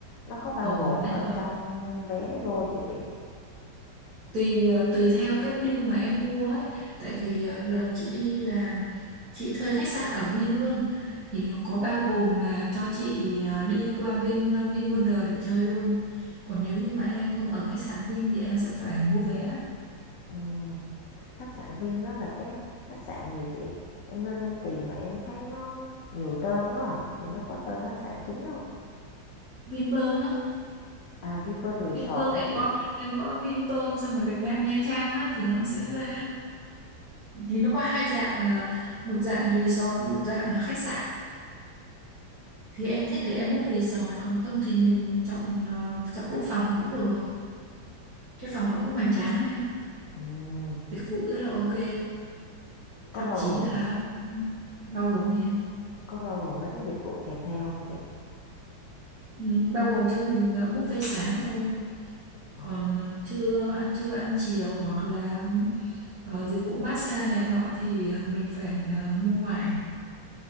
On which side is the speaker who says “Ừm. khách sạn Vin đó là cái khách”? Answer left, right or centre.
Left